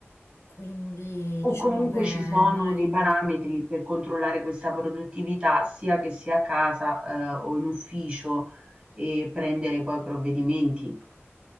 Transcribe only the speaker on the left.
Quindi
diciamo
che non
aiuta.